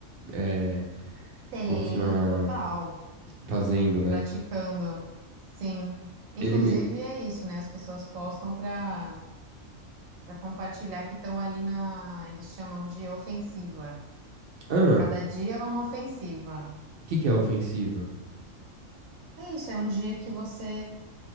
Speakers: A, on the right; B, on the right.
A: é,
B: Tem,
A: continuar
B: total.
A: fazendo, né?
B: Praticando, sim. Inclusive
A: Ele meio,
B: é isso, né? As pessoas postam para para compartilhar que estão ali na, eles chamam de ofensiva.
A: ah,
B: Cada dia é uma ofensiva.
A: o que que é ofensiva?
B: É isso, é um dia que você